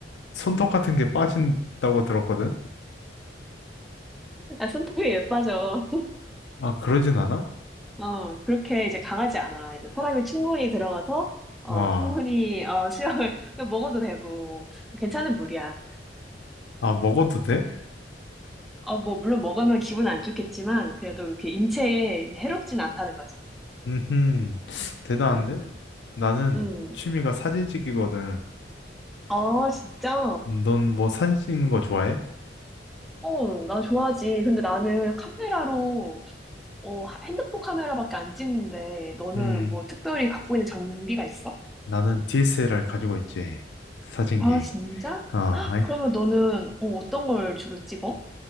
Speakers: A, on the left (about 75°); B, in the centre.
A: 손톱 같은 게 빠진다고 들었거든?
B: 아, 손톱이 예뻐져.
A: 아, 그러진 않아?
B: 어, 그렇게 이제 강하지 않아. 이제 사람이 충분히 들어가서, 어,
A: 아,
B: 충분히, 어, 수영을 <laughs> 그냥 먹어도 되고, 괜찮은 물이야.
A: 아, 먹어도 돼?
B: 어, 뭐, 물론 먹으면 기분 안 좋겠지만, 그래도 이렇게 인체에 이제 해롭진 않다는 거지.
A: 음, 대단한데?
B: 음,
A: 나는
B: 음.
A: 취미가 사진 찍기거든.
B: 아, 진짜?
A: 넌 뭐 사진 찍는 거 좋아해?
B: 어, 나 좋아하지. 근데 나는 카메라로 어, 하- 핸드폰 카메라밖에 안 찍는데 너는
A: 음,
B: 뭐 특별히 갖고 있는 장비가 있어?
A: 나는 DSLR 가지고 있지. 사진기.
B: 아, 진짜?
A: 아, 아이,
B: 그러면 너는 어, 어떤 걸 주로 찍어?